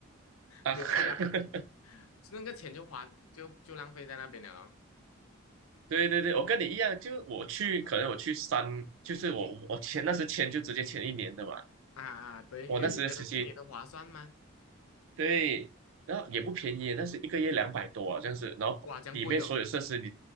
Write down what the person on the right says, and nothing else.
啊，
<laughs>
对对对，我跟你一样，就我去可能我去三，就是我我签那时签就直接签一年的嘛，
我那时其实习。
对，然后也不便宜，那是一个月两百多啊，这样子，然后里面所有设施你，